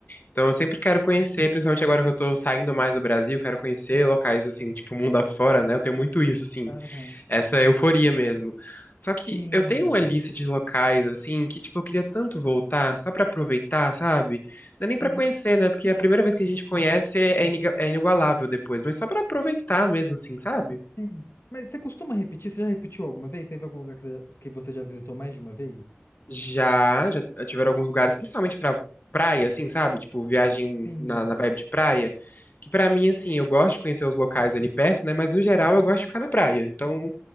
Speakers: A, on the left; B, on the left.
A: Então eu sempre quero conhecer, principalmente agora que eu tô saindo mais do Brasil, quero conhecer locais, assim, tipo, mundo afora, né? Eu tenho muito isso, assim.
B: aham.
A: Essa euforia mesmo. Só que
B: Sim.
A: eu tenho uma lista de locais, assim, que, tipo, eu queria tanto voltar, só pra aproveitar, sabe? Não é nem pra
B: Aham.
A: conhecer, né? Porque a primeira vez que a gente conhece é, é iniga- é inigualável depois, mas só pra aproveitar mesmo, assim, sabe?
B: Sim. Mas você costuma repetir? Você já repetiu alguma vez? Teve algum lugar que você que você já visitou mais de uma vez?
A: Já, já tiveram alguns lugares, principalmente pra praia, assim, sabe? Tipo, viagem
B: Sim.
A: na, na vibe de praia, que pra mim, assim, eu gosto de conhecer os locais ali perto, né? Mas no geral eu gosto de ficar na praia. Então,